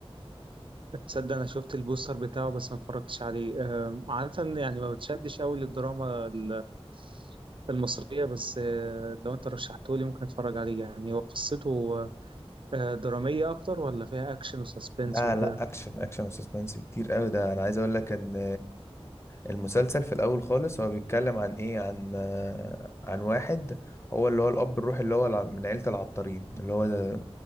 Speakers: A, on the right (about 55°); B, on the left (about 25°).
A: تصدق انا شفت البوستر بتاعه بس ما اتفرجتش عليه آه، عادة يعني ما بتشدش قوي للدراما ال- المصرية بس آه، لو انت رشحته لي ممكن اتفرج عليه يعني هو قصته آه، درامية اكتر ولا فيها اكشن وسسبنس
B: لا
A: وكده
B: لا اكشن اكشن وسسبنس كتير قوي ده انا عايز اقول لك ان المسلسل في الاول خالص هو بيتكلم عن ايه عن عن واحد هو اللي هو الاب الروحي اللي هو الع- من عيلة العطارين اللي هو